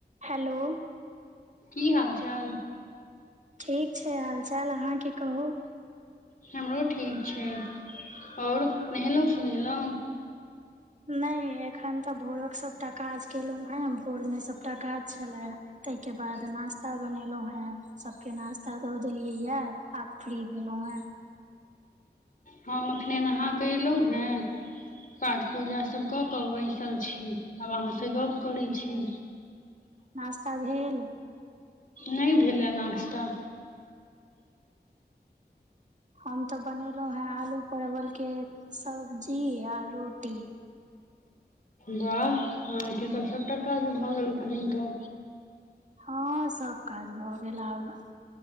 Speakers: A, on the right; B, on the left.
A: hello
B: की हाल चाल
A: ठीक छै हाल चाल अहाँके कहू
B: हमरो ठीक छै और नहेलौं सुनेलौं
A: नहि एखन तऽ भोरक सभटा काज केलौं हें भोर मे सभटा काज छले तहिके बाद नाश्ता बनेलहुँ हेँ सबके नाास्ता द देलियै ये आब फ्री भेलौं हे
B: हम अखने नहाँके एलहुँ हेँ पाठ पूजा सभ कऽ कऽ बैसल छी आब अहाँसँ गप्प करैत छी
A: नश्ता भेेल
B: नहि भेलै नश्ता
A: हम तऽ बनेलहुँं हेँ आलू परवल के सब्जी आ रोटी
B: वाह अहाँके तऽ सभटा काज भऽ गेल तहन तऽ
A: हँ सब काज भऽ गेल आब